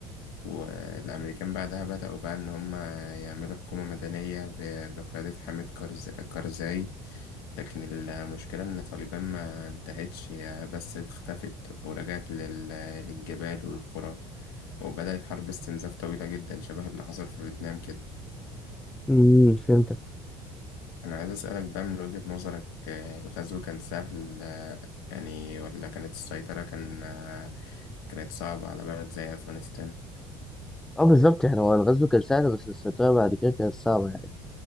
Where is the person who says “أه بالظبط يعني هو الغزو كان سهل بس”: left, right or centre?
Centre